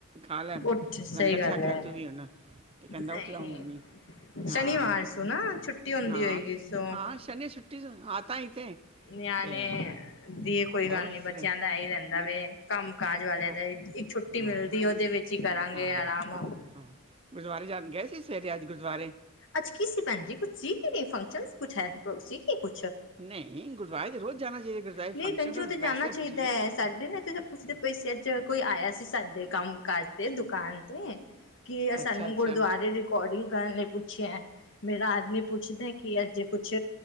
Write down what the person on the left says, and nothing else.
ਉੱਠ ਸਹੀ
ਗੱਲ
ਹੈ।
ਨਹੀਂ
ਸ਼ਨੀਵਾਰ ਸੁੰ ਨਾ ਛੁੱਟੀ ਹੁੰਦੀ
ਹੋਏਗੀ
ਸੂ
ਨਿਆਣੇ
ਦੀ ਕੋਈ
ਗੱਲ ਨੀ ਬੱਚਿਆਂ
ਦਾ ਇਹ ਹੀ ਰਹਿੰਦਾ
ਵੇ ਕੰਮ ਕਾਜ ਵਾਲਿਆਂ
ਦਾ ਇੱਕ ਛੁੱਟੀ ਮਿਲਦੀ
ਉਹਦੇ ਵਿੱਚ ਹੀ ਕਰਾਂਗੇ
ਆਰਾਮ
ਅੱਜ ਕੀ ਸੀ ਪੈਣ ਜੀ ਕੁਛ ਸੀ ਫੰਕਸ਼ਨ ਸੀ ਕੁਛ ਸੀ ਕੁ
ਨਹੀਂ
ਕੰਜੂ ਤੇ ਜਾਣਾ
ਚਾਹੀਦਾ
ਹੈ
ਸਾਡੇ ਨਾ ਤੇ ਪੁਛਦੇ ਪਯੇ ਸੇ ਅਜ ਕੋਈ ਆਇਆ ਸੀ, ਸਾਡੇ ਕੰਮ ਕਾਜ ਤੇ ਦੁਕਾਨ ਤੇ ਕੀ ਸਾਨੂੰ
ਗੁਰਦੁਆਰੇ ਰਿਕੋਡਿੰਗ ਕਰਨ ਲਈ ਪੁੱਛਿਆ ਮੇਰਾ ਆਦਮੀ ਪੁੱਛਦਾ ਏ ਕਿ ਅਜ ਕੁਛ